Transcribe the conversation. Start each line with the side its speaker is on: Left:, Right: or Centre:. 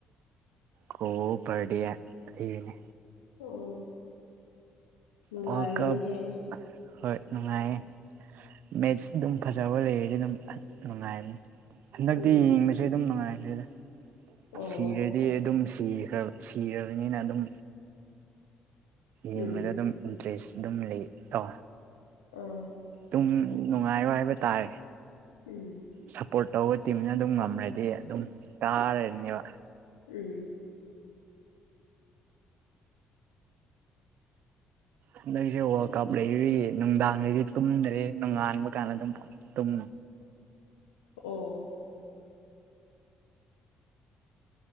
Right: ꯀꯣ ꯄꯔꯗꯦ ꯂꯩꯅꯦ
Left: ꯑꯣ ꯅꯨꯡꯉꯥꯏꯒꯅꯤꯍꯦ
Right: ꯋꯥꯔꯜ ꯀꯞ ꯍꯣꯏ ꯅꯨꯡꯉꯥꯏꯌꯦ ꯃꯦꯠꯁ ꯑꯗꯨꯝ ꯐꯖꯕ ꯂꯩꯔꯗꯤ ꯑꯗꯨꯝ ꯅꯨꯡꯉꯥꯏꯕꯅꯤ ꯍꯟꯗꯛꯇꯤ
Left: ꯎꯝ
Right: ꯌꯦꯡꯕꯁꯦ ꯑꯗꯨꯝ ꯅꯨꯡꯉꯥꯏꯈ꯭ꯔꯦꯗ
Left: ꯑꯣ
Right: ꯁꯤꯔꯗꯤ ꯑꯗꯨꯝ ꯁꯤꯈ꯭ꯔꯕ ꯁꯤꯔꯕꯅꯤꯅ ꯑꯗꯨꯝ ꯌꯦꯡꯕꯗ
Left: ꯎꯝ
Right: ꯑꯗꯨꯝ ꯏꯟꯇꯔꯦꯁ ꯑꯗꯨꯝ ꯂꯩ ꯇꯣ
Left: ꯎꯝ
Right: ꯑꯗꯨꯝ ꯅꯨꯡꯉꯥꯏꯕ ꯍꯥꯏꯕ ꯇꯥꯥꯏꯔꯦ
Left: ꯎꯝ
Right: ꯁꯞꯄꯣꯔꯠ ꯇꯧꯕ ꯇꯤꯝꯅ ꯑꯗꯨꯝ ꯉꯝꯔꯗꯤ ꯑꯗꯨꯝ ꯇꯥꯔꯅꯦꯕ
Left: ꯎꯝ
Right: ꯍꯟꯗꯛꯁꯦ ꯋꯥꯔꯜ ꯀꯞ ꯂꯩꯔꯤꯔꯤꯌꯦ ꯅꯨꯡꯗꯥꯡꯉꯩꯗꯤ ꯇꯨꯝꯗ꯭ꯔꯦ ꯅꯣꯡꯉꯥꯟꯕ ꯀꯥꯟꯗ ꯑꯗꯨꯝ ꯇꯨꯝ
Left: ꯑꯣ